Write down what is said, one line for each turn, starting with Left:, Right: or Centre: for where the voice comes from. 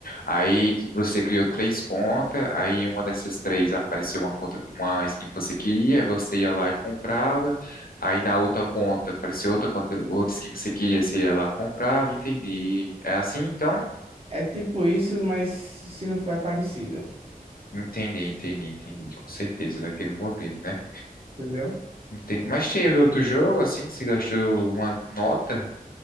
Left: Aí tu- você criou três contas, aí uma dessas três apareceu uma conta, uma skin que você queria, aí você ia lá e comprava. Aí
Right: É
Left: na outra conta apareceu outra conta, outra skin que você queria, você ia lá e comprava, entendi. É assim então?
Right: é tipo isso, mas se não for, é parecido.
Left: Entendi, entendi, entendi, com certeza, daquele modelo, né?
Right: Entendeu?
Left: Entendi. Mas teve outro jogo assim que você gastou uma nota?